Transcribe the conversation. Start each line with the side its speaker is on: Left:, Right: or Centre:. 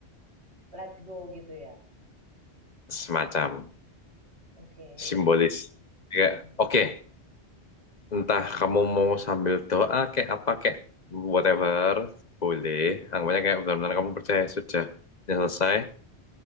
Right: Let go gitu ya.
Left: Semacam.
Right: Oke.
Left: simbolis. Kayak,
Right: Hmm,
Left: oke,
Right: hmm,
Left: entah kamu mau sambil doa kayak apa kayak whatever, boleh. Anggapannya kayak benar-benar kamu percaya sudah ini selesai,